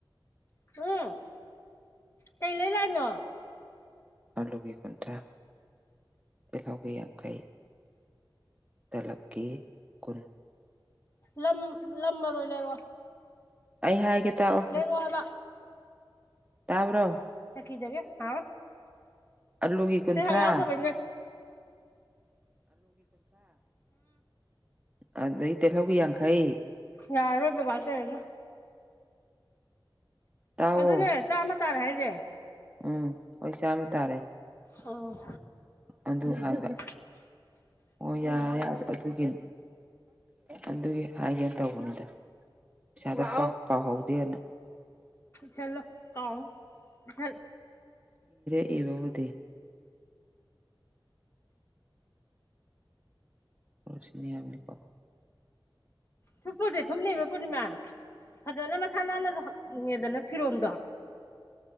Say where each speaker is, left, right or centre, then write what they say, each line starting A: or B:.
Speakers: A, on the left; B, on the right.
A: ꯎꯝ ꯀꯩ ꯂꯩꯩ ꯂꯥꯛꯅꯣ
B: ꯑꯂꯨꯒꯤ ꯀꯨꯟꯊꯔ ꯇꯤꯜꯍꯧꯒꯤ ꯌꯥꯡꯈꯩ ꯇꯂꯛꯀꯤ ꯀꯨꯟ
A: ꯂꯝ ꯂꯝ ꯃꯔꯔꯣꯏ ꯂꯩꯔꯛꯑꯣ
B: ꯑꯩ ꯍꯥꯏꯒꯦ ꯇꯥꯔꯛꯑꯣ
A: ꯂꯩꯔꯛꯑꯣ ꯍꯥꯏꯕ
B: ꯇꯥꯕ꯭ꯔꯣ
A: ꯊꯀꯤꯖꯒꯦ ꯍꯥ
B: ꯑꯂꯨꯒꯤ ꯀꯨꯟꯊ꯭ꯔꯥ
A: ꯇ ꯍꯥꯏꯌꯥ ꯑꯣꯗ ꯐꯗꯤꯌꯥ
B: ꯑꯗꯗꯒꯤ ꯇꯦꯜꯍꯧꯒꯤ ꯌꯥꯡꯈꯩ
A: ꯌꯥꯔꯣꯏꯕ ꯄꯇꯔꯦꯅꯣ
B: ꯇꯥꯛꯑꯣ
A: ꯑꯗꯨꯅꯦ ꯆꯥꯝꯃ ꯇꯥꯔꯦ ꯍꯥꯏꯁꯦ
B: ꯎꯝ ꯑꯣꯏꯣꯏ ꯆꯥꯃ ꯇꯥꯔꯦ
A: ꯑꯣ
B: ꯑꯗꯨ ꯍꯥꯏꯕ
A: <inaudible>
B: ꯑꯣ ꯌꯥꯔꯦ ꯌꯥꯔꯔꯦ ꯑꯗꯨꯒꯤ ꯑꯗꯨꯒꯤ ꯍꯥꯏꯒꯦꯅ ꯇꯧꯕꯅꯤꯗ ꯄꯩꯁꯥꯗ ꯄꯥꯎꯍꯧꯗꯦꯅ
A: ꯆꯂꯣ ꯇꯥꯎ ꯆ
B: ꯑꯦꯗꯤ ꯄꯣꯁꯤꯅꯤ ꯍꯥꯏ ꯑꯃꯅꯤꯅꯤꯀꯣ
A: ꯊꯨꯞꯄꯁꯦ ꯊꯨꯞꯅꯕ ꯄꯨꯔꯅꯤꯃꯥ ꯐꯖꯅ ꯃꯁꯥ ꯅꯥꯟꯅꯗ ꯍꯅꯤꯡꯉꯦꯗꯅ ꯐꯤꯔꯣꯟꯗ